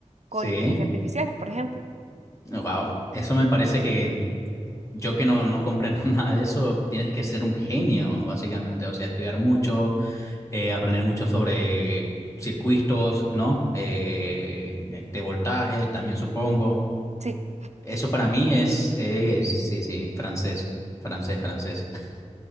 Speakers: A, on the right; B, on the left.
A: con
B: Sí.
A: inteligencia artificial, por ejemplo.
B: Wow, eso me parece que yo que no, no comprendo <laughs> nada de eso, tienes que ser un genio, básicamente. O sea, estudiar mucho, eh, aprender mucho sobre circuitos, ¿no? Eh, este, voltajes, también supongo.
A: Sí.
B: Eso para mí es, es, sí, sí, francés, francés, francés. <laughs>